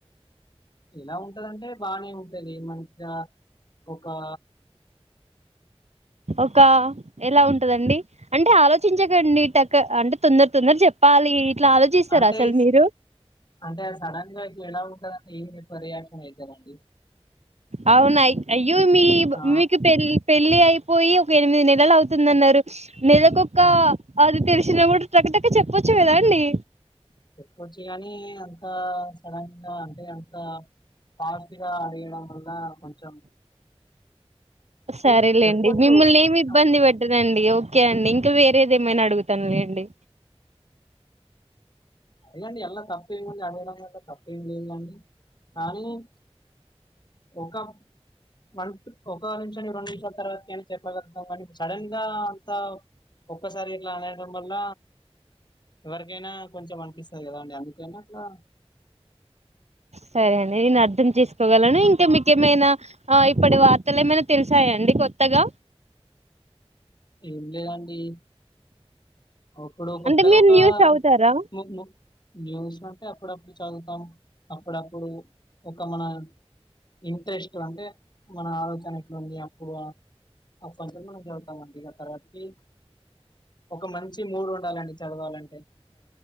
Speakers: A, on the left (about 40°); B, on the right (about 85°).
A: ఎలా ఉంటదంటే బానే ఉంటది మంచిగా, ఒకా
B: ఒక ఎలా ఉంటదండి అంటే ఆలోచించకండి టక అంటే తొందర తొందర చెప్పాలి. ఇట్లా ఆలోచిస్తారా
A: అంటేస్
B: అసలు మీరు
A: అంటే సడన్ గా ఇట్ల ఎలా ఉంటది ఏమి పరిహాసమయితమండి.
B: అవునయి అయ్యో మీబ్
A: ఆ
B: మీకు పెళ్ పెళ్లి అయి పోయి ఒక ఎనిమిది నెలలు అవుతుందన్నారు. నెలకొక్కా
A: ఆ,
B: అది తెలుస్ చినపుడు టక టక చెప్పొచ్చు కదా అండి.
A: చెప్పుకొవచ్చు గాని అంతా ంత సడన్ గా అంటే అంతా ఫాస్ట్ గా అడగడం వల్లా కొంచెం అంటే
B: సరేలేండి
A: చెప్పొచ్చు
B: మిమ్మల్ని ఏమి ఇబ్బంది
A: ఆ,
B: పెట్టనండి. ఓ కే అండి ఇంకా వేరేది ఏమైనా అడుగుతాను లేండి.
A: అదే అండి ఎల్లకా టే అడగడంలో అంత తప్పేం లేదు గాని, కానీ ఒక వన్స్ ఒక నిమిషం రెండు నిమిషాల తర్వాతికైనా చెప్పగలుగుతం గాని, సడన్ గా అంత ఒక్కసారి ఇట్లా అనేయడం వల్ల ఎవరికైనా కొంచెం అనిపిస్తది కదా అండి. అందుకనే అట్లా
B: సరే అండి నేను అర్థం చేసుకోగలను, ఇంక మీకేమైనా ఇప్పటి వార్తలు ఏమైనా తెలుసాయాండి కొత్తగా?
A: ఏం లేదండి. ఉప్పుడు కొత్తగా
B: అంటే మీరు
A: ఒకా
B: న్యూస్ చదువుతారా
A: <unintelligible> న్యూస్ అంటే అప్పుడప్పుడు చదువుతాం అప్పుడప్పుడు ఒక మన ఇంట్రెస్ట్ అంటే మన ఆలోచ <unintelligible> అప్పుడు <unintelligible> మనం చెబుతామం ఇగ తర్వాతకీ ఒక మంచి మూడ్ ఉండాలండి. చదవాలం